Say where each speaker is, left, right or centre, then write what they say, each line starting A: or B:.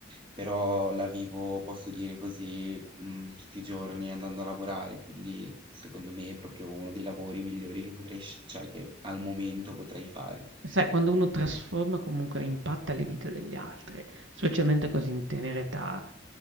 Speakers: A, on the right; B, on the right.
A: però la vivo, posso dire così, mh, tutti i giorni andando a lavorare, quindi secondo me è proprio uno dei lavori migliori che potrei, sc- cioè che al momento potrei fare.
B: Sai, quando uno trasforma comunque impatta le vite degli altri, specialmente così in tenera età,